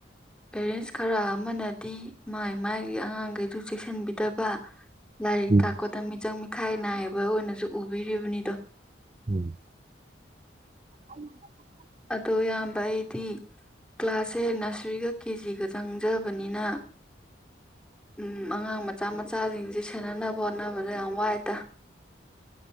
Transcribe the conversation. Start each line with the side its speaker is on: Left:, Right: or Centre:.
Centre: ꯄꯦꯔꯦꯟꯁ ꯈꯔ ꯑꯃꯅꯗꯤ ꯃꯥꯏ ꯃꯥꯥꯏꯒꯤ ꯑꯉꯥꯡꯈꯩꯗꯨ ꯆꯦꯛꯁꯤꯟꯕꯤꯗꯕ ꯂꯥꯏꯔꯤꯛ
Right: ꯎꯝ
Centre: ꯇꯥꯛꯄꯗ ꯃꯤꯆꯪ ꯃꯤꯈꯥꯏ ꯅꯥꯏꯕ ꯑꯣꯏꯅꯁꯨ ꯎꯕꯤꯔꯤꯕꯅꯤꯗꯣ
Right: ꯎꯝ <unintelligible>
Centre: ꯑꯗꯣ ꯏꯌꯥꯝꯕ ꯑꯩꯗꯤ ꯀ꯭ꯂꯥꯁꯁꯦ ꯅꯁꯔꯤꯒ ꯀꯦ ꯖꯤꯒ ꯆꯪꯖꯕꯅꯤꯅ ꯎꯝ ꯑꯉꯥꯡ ꯃꯆꯥ ꯃꯆꯥꯁꯤꯡꯁꯤ ꯁꯦꯟꯅꯅꯕ ꯍꯣꯠꯅꯕꯗ ꯌꯥꯝ ꯋꯥꯏꯇꯥ